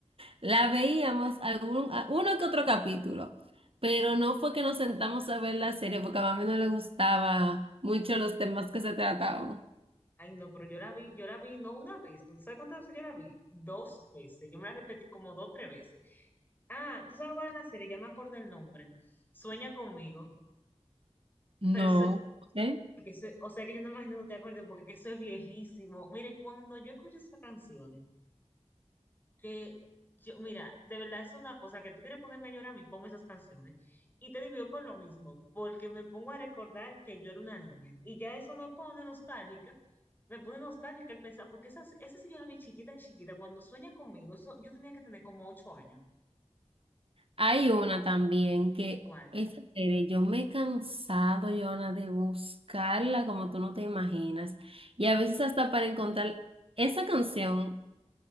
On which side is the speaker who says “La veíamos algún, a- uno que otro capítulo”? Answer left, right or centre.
Right